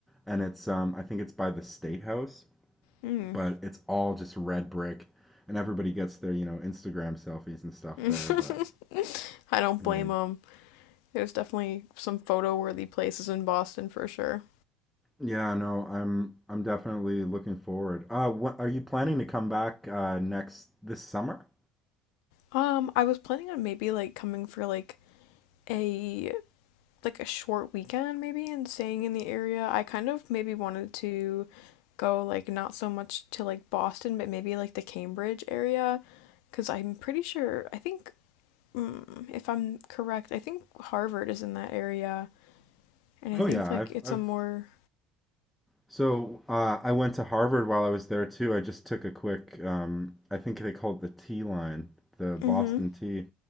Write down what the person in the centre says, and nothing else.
and it's um I think it's by the State House.
but it's all just red brick, and everybody gets their, you know, Instagram selfies and stuff
there. But
yeah,
yeah, no, I'm I'm definitely looking forward. Uh, what are you planning to come back uh, next this summer?
Oh
yeah,
I've
I've
so uh, I went to Harvard while I was there too. I just took a quick um, I think they call it the T line, the
Boston Tea,